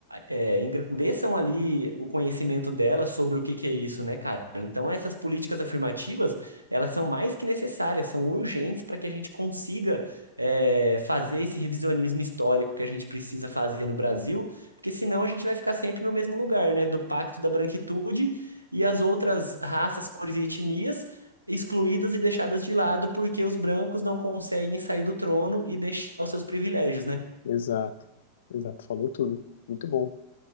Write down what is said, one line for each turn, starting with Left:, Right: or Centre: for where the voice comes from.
Right: é, engrandeçam ali o conhecimento dela sobre o que que é isso, né, cara? Então, essas políticas afirmativas, elas são mais que necessárias, são urgentes para que a gente consiga é, fazer esse revisionismo histórico que a gente precisa fazer no Brasil, porque senão a gente vai ficar sempre no mesmo lugar, né, do Pacto da Branquitude e as outras raças, cores e etnias excluídas e deixadas de lado porque os brancos não conseguem sair do trono e deixar os seus privilégios, né?
Left: Exato, exato, falou tudo. Muito bom.